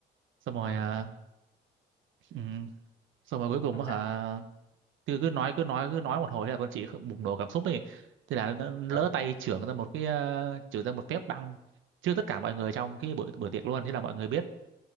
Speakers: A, on the right; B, on the left.
A: xong rồi
B: ờ
A: ờ, Ừ. Xong rồi cuối cùng
B: xong
A: á
B: sao
A: hả cứ cứ nói cứ nói cứ nói một hồi thế là con chị bùng nổ cảm xúc ấy thế là nó lỡ
B: Ừ.
A: tay chưởng ra một cái ờ, chưởng ra một phép băng trước tất cả mọi người trong cái bữa bữa tiệc luôn thế là mọi người biết